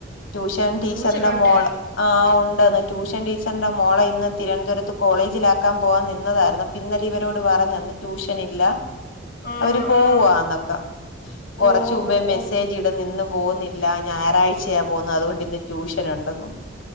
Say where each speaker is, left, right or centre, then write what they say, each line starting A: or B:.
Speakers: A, on the left; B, on the left.
A: ട്യൂഷൻ ടീച്ചറിന്റെ
B: ട്യൂഷൻ ഉണ്ടേ
A: മോള് ആ് ഉണ്ട ട്യൂഷൻ ടീച്ചറിന്റെ മോള ഇന്ന് തിരുവനന്തപുരത്ത് കോളേജിലാക്കാൻ പോവാാൻ നിന്നതായിരുന്നു പിന്നെ ഇവരോട് പറഞ്ഞ ട്യൂഷൻ ഇല്ല.
B: ആഹ്
A: അവര് പോവവാന്നൊക്കാ
B: ആഹ്
A: കൊറച്ച
B: ഓ
A: മുമ്പേ
B: ഓ
A: മെസ്സേജ് ഇടുന്ന ഇന്ന് പോകുന്നില്ല ഞായറാഴ്ചയാ പോകുന്നു അതുകൊണ്ട് ഇന്ന് ട്യൂഷൻ ഉണ്ടെനന്.